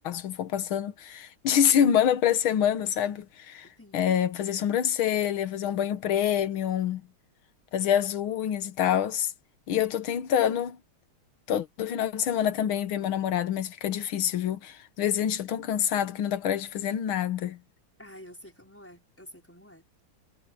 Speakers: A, on the left; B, in the centre.
A: Eu vou passando <laughs> de semana pra semana, sabe?
B: Sim.
A: É, fazer sobrancelha, fazer um banho premium, fazer as unhas e tal. E eu tô tentando todo final de semana também ver meu namorado, mas fica difícil, viu? Às vezes a gente tá tão cansado que não dá coragem de fazer nada.
B: ah eu sei como é, eu sei como é.